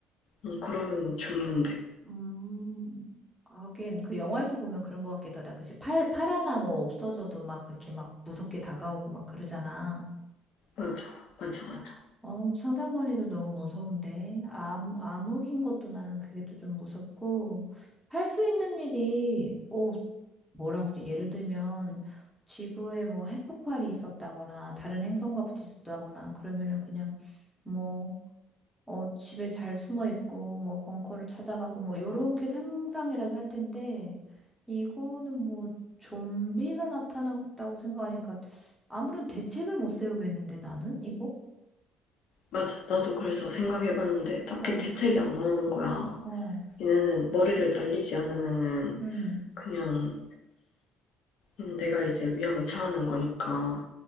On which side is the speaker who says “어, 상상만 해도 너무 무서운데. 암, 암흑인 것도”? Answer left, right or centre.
Centre